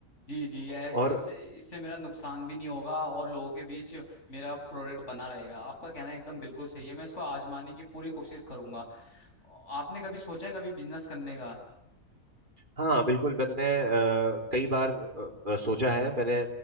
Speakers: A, on the left; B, on the right.
A: जी जी ये
B: और
A: इससे इससे मेरा नुकसान भी नहीं होगा और लोगों के बीच मेरा प्रोडक्ट बना रहेगा आपका कहना एकदम बिल्कुल सही है मैं इसको आजमाने की पूरी कोशिश करूंगा आपने कभी सोचा है कभी बिजनेस करने का
B: हाँ बिल्कुल मैंने अ, कई बार अ, अ, सोचा है मैंने